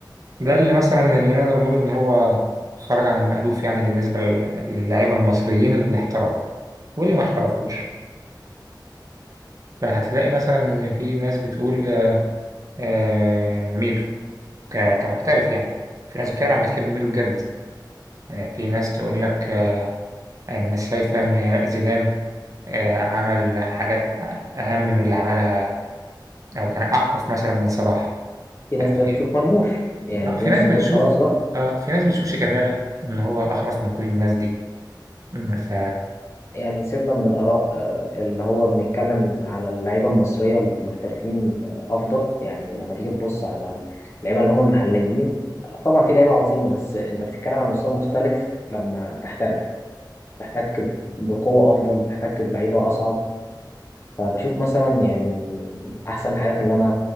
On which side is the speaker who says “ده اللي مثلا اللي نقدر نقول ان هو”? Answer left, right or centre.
Right